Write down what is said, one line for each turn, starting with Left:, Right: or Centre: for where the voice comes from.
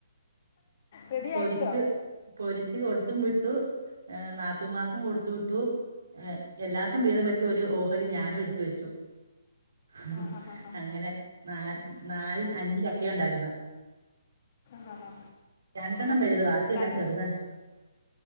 Left: റെഡിയാക്കിയോ
Right: പൊരിച്ചു പൊരിച്ച് കൊടു സിമിട്ടു ഏ നാത്തൂമാർക്ക് കൊടുത്തുവിട്ടു ഏ എല്ലാർക്കും വിധംവച്ചു ഒരു ഓഹരി ഞാനും എടുത്തുവച്ചു ആഹ്
Left: ആ ഹാ ഹാ ഹാ
Right: അങ്ങനെ നാ നാല് അഞ്ചു ചക്കയുണ്ടായിരുന്ന്
Left: ഹാ ഹാ
Right: രണ്ടണ്ണം പിഴുത് ബാക്കി എല്ലാം
Left: തന്നെ
Right: ചെറുതല്ലേ